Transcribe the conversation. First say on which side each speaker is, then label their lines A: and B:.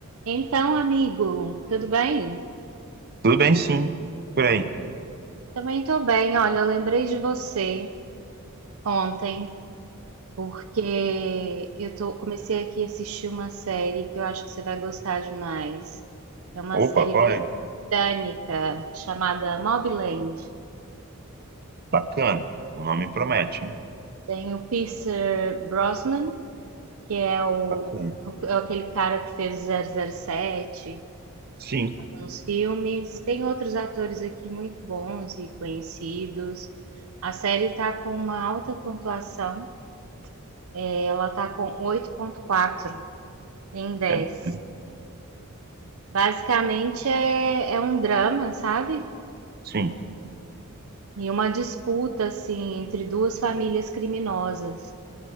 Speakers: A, on the right; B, on the right.
A: Então, amigo, tudo bem?
B: Tudo bem, sim. Por aí.
A: Também tô bem. Olha, eu lembrei de você ontem, porque eu tô, comecei aqui a assistir uma série que eu acho que você vai gostar demais. É uma
B: Opa,
A: série
B: qual
A: britânica
B: é?
A: chamada Mobland.
B: Bacana. O nome promete, hein?
A: Tem o Pierce Brosnan, que é o,
B: Bacana.
A: o- é aquele cara que fez o zero zero sete.
B: Sim,
A: nos filmes. Tem outros atores aqui muito bons e conhecidos. A série está com uma alta pontuação. Ela está com oito ponto quatro em dez
B: é bacana.
A: Basicamente é, é um drama, sabe?
B: Sim,
A: E uma disputa assim entre duas famílias criminosas.